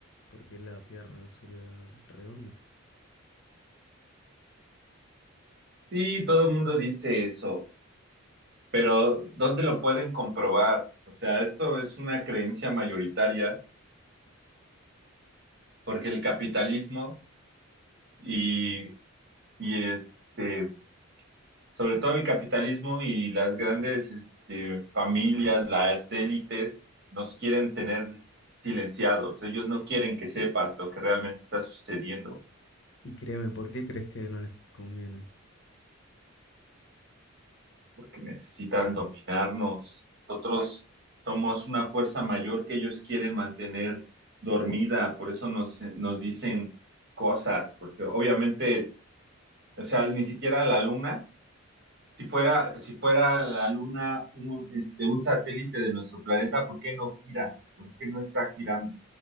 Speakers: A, on the left; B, on the right.
A: porque la Tierra no sería redonda.
B: Sí, todo el mundo dice eso, pero ¿dónde lo pueden comprobar? O sea, esto es una creencia mayoritaria porque el capitalismo y, y este sobre todo el capitalismo y las grandes este, familias, las élites, nos quieren tener silenciados. Ellos no quieren que sepas lo que realmente está sucediendo,
A: Y créeme, ¿por qué crees que no les conviene?
B: porque necesitan dominarnos. Nosotros somos una fuerza mayor que ellos quieren mantener dormida, por eso nos, nos dicen cosas, porque obviamente, o sea, ni siquiera la luna Si fuera, si fuera la Luna un, este, un satélite de nuestro planeta, ¿por qué no gira? ¿Por qué no está girando?